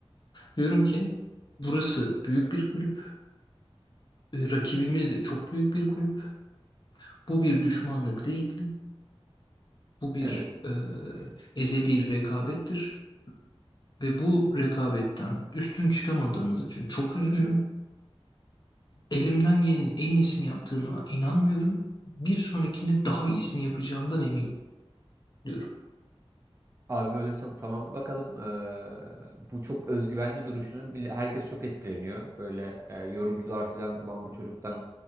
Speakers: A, on the left; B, on the right.
A: Diyorum ki burası büyük bir kulüp. E, Rakibimiz de çok büyük bir kulüp. Bu bir düşmanlık değildi. Bu bir
B: Evet.
A: e, ezeli rekabettir. Ve bu rekabetten üstün çıkamadığımız için çok üzgünüm. Elimden gelenin en iyisini yaptığına inanmıyorum. Bir sonrakinde daha iyisini yapacağımdan eminim diyorum.
B: Abi böyle çok tamam. Bakalım eee, bu çok özgüvenli duruşunun bile herkes çok etkileniyor. Böyle eee, yorumcular falan ulan bu çocuktan